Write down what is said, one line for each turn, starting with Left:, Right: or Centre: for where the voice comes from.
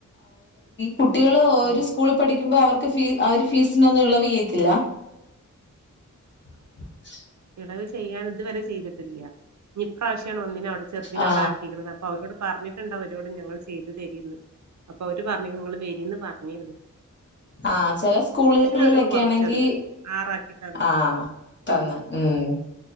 Left: കുട്ടികള് ഒരു
Right: ഉം
Left: സ്കൂള് പഠിക്കുമ്പോ അവർക്ക് അവര് ഫീസിനൊന്നും ഇളവെയ്യത്തില്ല <inaudible>
Right: ഇളവ് ചെയ്യാൻ ഇതുവരെ ചെയ്തിട്ടില്ല ഇനിപ്രാവശ്യമാണ് ഒന്നിന്നെ അവിടെ ചെറുതിനെ
Left: ആ
Right: അവിടെ ആക്കികീന്നത് അപ്പൊ അവരോട് പറഞ്ഞിട്ടുണ്ട് അവരോട് ഞങ്ങൾ ചെയ്ത് തരീന്ന് അപ്പൊ അവര് പറഞ്ഞിക്ക്ണ് നിങ്ങള് വെരിപറഞ്ഞീന്നു
Left: ആഹ് ചെല സ്കൂളുകളിലൊക്കെ
Right: അവരൊന്ന് കൊറച്ചന്ന്
Left: ആണെങ്കി
Right: ആറാക്കി തന്ന്
Left: ആഹ് തന്ന്
Right: ഉം
Left: ഉം